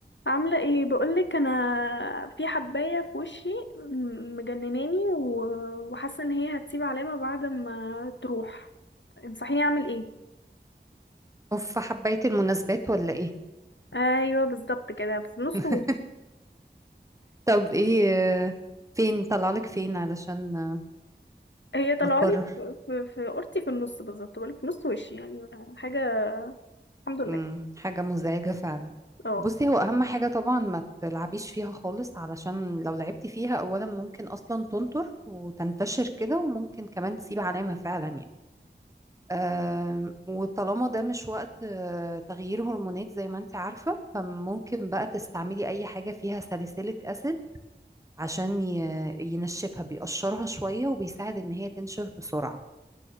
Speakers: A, on the left (about 90°); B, on the right (about 15°).
A: عاملة ايه بقولك انا في حباية في وشي م- مجنناني و- وحاسة ان هي هتسيب علامة بعد ما تروح انصحيني اعمل ايه
B: اوف حبيت المناسبات ولا ايه
A: ايوه بالظبط كده في نص
B: <laughs>
A: وشي
B: طب ايه آه، فين طلعلك فين علشان آه،
A: هي طلعالي
B: نقرر
A: في في في قرطي في النص بالظبط بقولك في نص وشي يعني حاجة الحمد لله
B: مم، حاجة مزعجة فعلا
A: اه
B: بصي هو اهم حاجة طبعا ما تلعبيش فيها خالص علشان لو لعبتي فيها اولا ممكن اصلا تنطر وتنتشر كده وممكن كمان تسيب علامة فعلا يعني آم، وطالما ده مش وقت آه، تغيير هرمونات زي ما انت عارفة فممكن بقى تستعملي اي حاجة فيها ساليسيليك اسيد عشان ي- ينشفها بيقشرها شوية وبيساعد إن هي تنشف بسرعة